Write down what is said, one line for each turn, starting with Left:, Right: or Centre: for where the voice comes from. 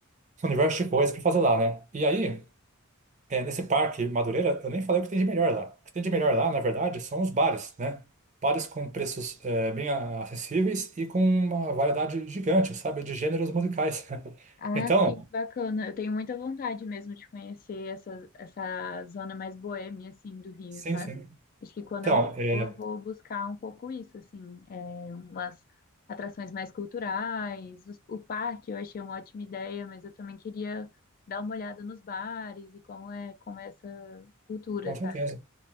Right: um universo de coisas para fazer lá, né? E aí, eh, nesse parque Madureira, eu nem falei o que tem de melhor lá. O que tem de melhor lá, na verdade, são os bares, né? Bares com preços eh, bem a- acessíveis e com uma variedade gigante, sabe? De gêneros musicais. <laughs>
Left: Ah,
Right: Então,
Left: sim, bacana. Eu tenho muita vontade mesmo de conhecer essa, essa zona mais boêmia, assim, do Rio,
Right: sim,
Left: sabe?
Right: sim.
Left: Acho que quando
Right: Então,
Left: eu
Right: eh,
Left: for, eu vou buscar um pouco isso, assim, é, umas atrações mais culturais. Os- O, parque eu achei uma ótima ideia, mas eu também queria dar uma olhada nos bares e como é, como é essa cultura,
Right: com
Left: sabe?
Right: certeza.